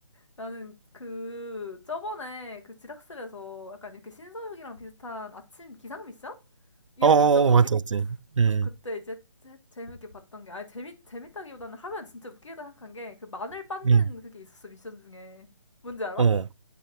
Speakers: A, on the left; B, on the right.
A: 나는 그, 저번에 그 지락실에서 약간 이렇게 신서유기랑 비슷한 아침 기상 미션? 이런
B: 어, 어,
A: 게 있었거든?
B: 어, 맞지, 맞지. 음.
A: 어, 그때 이제 재- 재밌게 봤던 게, 아니, 재미, 재밌다기보다는 하면 진짜 웃기겠다 생각한 게, 그 마늘 빻는
B: 음.
A: 그게 있었어, 미션 중에. 뭔지 알아?
B: 어.